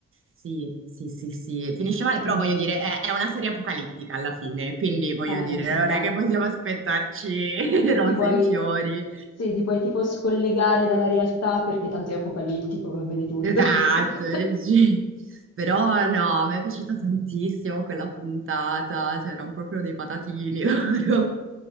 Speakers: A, on the right; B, on the left.
A: Sì, sì, sì, sì. Finisce male, però
B: Mh.
A: voglio dire, è, è una serie apocalittica alla fine. Quindi, voglio
B: Eh,
A: dire,
B: ci sta.
A: non è che possiamo aspettarci <laughs> rose
B: Ti puoi
A: e fiori.
B: sì, ti puoi tipo scollegare dalla realtà perché tanto è apocalittico, va bene tutto.
A: Esatto,
B: <laughs>
A: sì. Però no, mi è piaciuta tantissimo quella puntata, c'erano proprio dei patatini <laughs> loro.